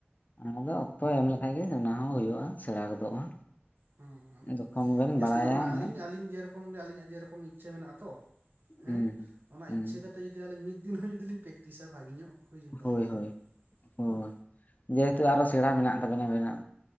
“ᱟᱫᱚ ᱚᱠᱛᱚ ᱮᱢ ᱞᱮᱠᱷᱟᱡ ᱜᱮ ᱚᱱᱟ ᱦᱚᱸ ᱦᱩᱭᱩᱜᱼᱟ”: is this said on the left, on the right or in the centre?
Left